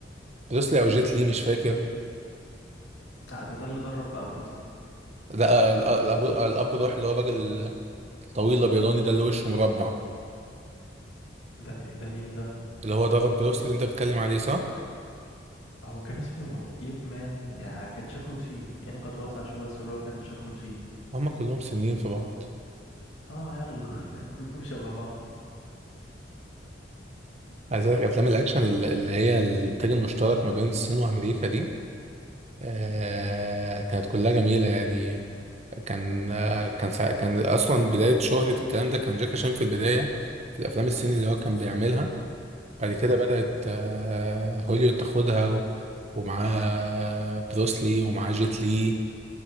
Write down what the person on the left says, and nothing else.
لا ده ده اللي درب بقى بروسلي
ده م- ده مين ده
هو كان اسمه ييب مان يعني كان شكله صيني عينه كانت واسعة شوية بس اللي هو كان شكله صيني
اه يلا <laughs> كلهم شبه بعض
بس
مم.